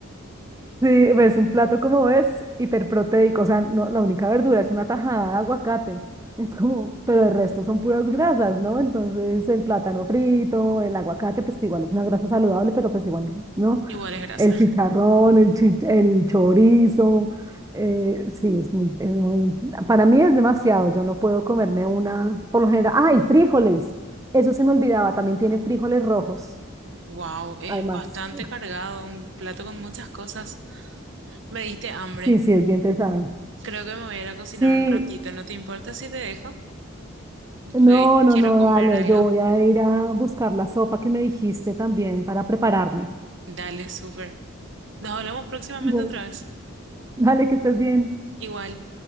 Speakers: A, on the right; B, on the right.
A: Sí, pues un plato como es hiperproteico, o sea, no, la única verdura es una tajada de aguacate. Es como, pero el resto son puras grasas, ¿no? Entonces, el plátano frito, el aguacate, pues que igual es una grasa saludable, pero pues igual, ¿no?
B: Igual es grasa.
A: El chicharrón, el, chi- el chorizo, eh, sí, es muy, es muy, para mí es demasiado, yo no puedo comerme una, por lo general, ¡ay, frijoles! Eso se me olvidaba, también tiene frijoles rojos,
B: Wow, es
A: además.
B: bastante cargado, un plato con muchas cosas. Me diste hambre.
A: Sí, sí, es bien pesado.
B: Creo que me voy a ir a cocinar
A: Sí,
B: un ratito. ¿No te importa si te dejo? Porque
A: No, no,
B: quiero
A: no,
B: comer
A: dale,
B: algo.
A: yo voy a ir a buscar la sopa que me dijiste también para prepararme.
B: Dale, súper. Nos hablamos próximamente
A: Bueno.
B: otra
A: <laughs>
B: vez.
A: Dale, que estés bien.
B: Igual.